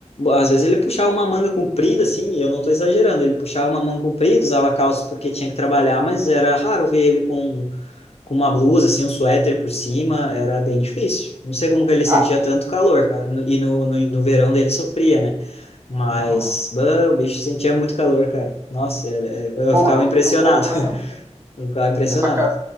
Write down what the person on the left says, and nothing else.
Às vezes ele puxava uma manga comprida, assim, e eu não tô exagerando, ele puxava uma manga comprida, usava calça porque tinha que trabalhar, mas era raro ver ele com, com uma blusa, assim, um suéter por cima, era bem difícil. Não sei como que ele sentia
tanto calor, cara, no- e no, no, no verão dele sofria, né? Mas,
bah, o bicho sentia muito calor, cara. Nossa, é- é-
eu ficava
impressionado,
<laughs>
eu ficava impressionado.